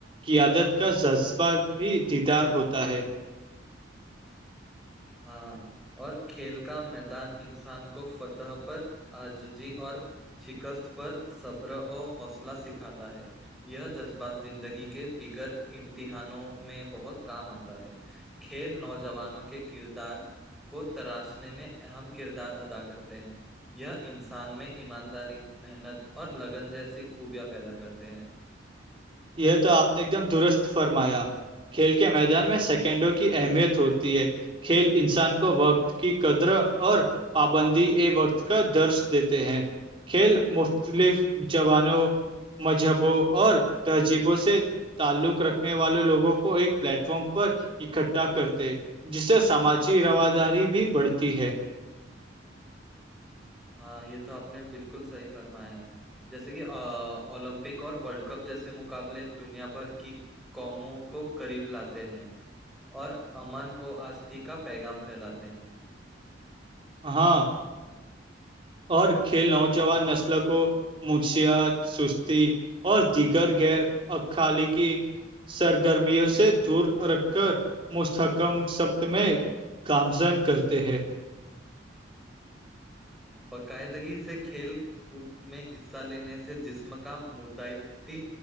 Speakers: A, on the right; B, in the centre.
A: قیادت کا جذبہ بھی دیدار ہوتا ہے
B: ہاں اور کھیل کا میدان انسان کو فتح پر آججی اور شکست پر صبر اور حوصلہ سکھاتا ہے یہ جذبات زندگی کے دیگر امتحانوں میں بہت کام آتا ہے کر نج <unintelligible> جوانوں کے کردار کو تراشنے میں اہم کردار ادا کرتے ہیں یہ انسان میں ایمانداری محنت اور لگن جیسی خوبیاں پیدا کرتے ہیں
A: یہ تو آپ نے ایک دم درست فرمایا کھیل کے میدان میں سیکنڈوں کی اہمیت ہوتی ہے کھیل انسان کو وقت کی قدر اور پابندی ا وقت کا درس دیتے ہیں کھیل مختلف جوبانوں مذہبوں اور تہذیبوں سے تعلق رکھنے والے لوگوں کو ایک پلیٹ فارم پر اکٹھا کرتے جس سے سماجی رواداری بھی بڑھتی ہے
B: ہاں یہ تو آپ نے بالکل صحیح فرمایا ہے جیسے کہ اولمپک اور ورلڈ کپ جیسے مقابلے دنیا بھر کی قوموں کو قریب لاتے ہیں اور امن ا آستھی کا پیغام فھیلاتے ہیں
A: ہاں اور کھیل نوجوان نسل کو منشیات سستی اور دیگر غیر اخالقی سرگرمیوں سے دور رکھ کر مستحکم سبت میں کامزن کرتے ہیں
B: باقاعدگی سے کھیل خود میں حصہ لینے سے جسم کا مدعفتی